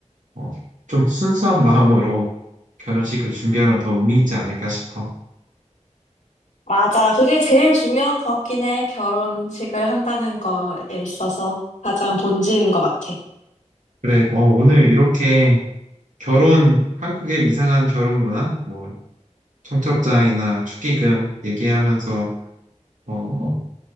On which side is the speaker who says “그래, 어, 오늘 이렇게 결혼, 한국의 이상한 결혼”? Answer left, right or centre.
Right